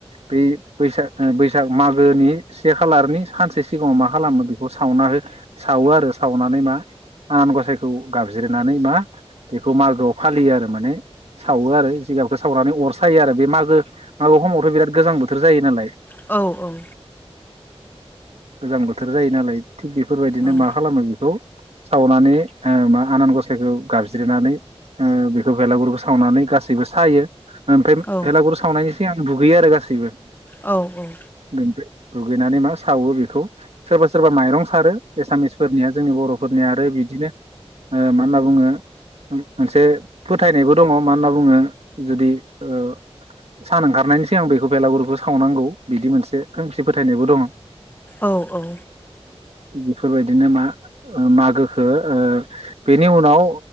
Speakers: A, on the right; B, on the left.
A: बै बैसाग बैसाग मागोनि से खालारनि सानसे सिगाङाव मा खालामो बिखौ सावना हो सावो आरो सावनानै मा आनान गसायखौ गाबज्रिनानै मा बेखौ मागोआव फालियो आरो माने सावो आरो जिगाबखो सावनानै अर सायो आरो बे मागो मागो खमावथ' बिराद गोजां बोथोर जायो नालाय।
B: औ औ
A: गोजां बोथोर जायो नालाय थिग बेफोरबायदिनो
B: औ
A: मा खालामो बिखौ सावनानै ओ मा आनान गसाइखौ गाबज्रिनानै ओ बेखौ बेलागुरखौ सावनानै गासैबो सायो। ओमफ्राय
B: औ
A: बेलागुरु सावनायनि सिगां दुगैयो आरो गासैबो।
B: औ औ
A: बेनिफ्राय दुगैनानै मा सावो बेखौ सोरबा सोरबा माइरं सारो एसामिसफोरनिया जोंनि बर' फोरनिया आरो बिदिनो ओ मा होनना बुङो? मोनसे फोथायनायबो दङ मानो होनना बुङो जुदि ओ सान ओंखारनायनि सिगां बेखौ बेलागुरखौ सावनांगौ बिदि मोनसे खोमसि फोथायनायबो दंं।
B: औ औ
A: बेफोरबायदिनो मा ओ मागोखो ओ बेनि उनाव